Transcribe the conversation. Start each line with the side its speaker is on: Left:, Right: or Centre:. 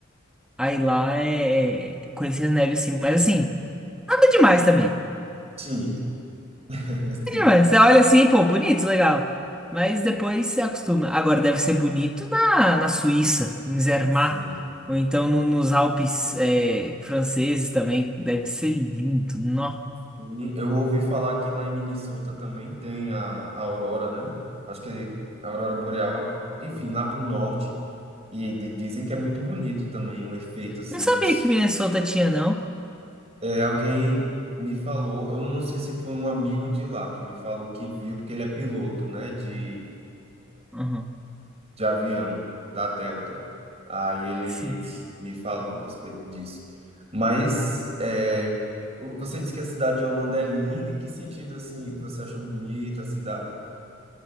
Centre: Aí lá é. é- Conheci a neve assim, mas assim, nada demais também.
Right: Sim, <laughs> sim,
Centre: demais. Você olha assim, pô, bonito, legal. Mas depois você acostuma. Agora deve ser bonito na, na Suíça, em Zermatt,
Right: sim.
Centre: ou então no- nos Alpes é, franceses também. Deve ser lindo. Nó.
Right: Sim, Eu ouvi falar que lá em Minnesota também tem a, a aurora, né? Acho que a aurora boreal, enfim, lá pro norte. E d- dizem que é muito bonito também o efeito assim.
Centre: Não sabia
Right: nos-
Centre: que Minnesota tinha, não.
Right: É, alguém me falou, eu não sei se foi um amigo de lá que me falou que viu, porque ele é piloto, né? De
Centre: Uhum.
Right: de avião da Delta. Aí ele
Centre: Sim.
Right: me falou a respeito disso. Mas é, o- você disse que a cidade de Holanda é linda. Em que sentido assim que você achou bonita a cidade?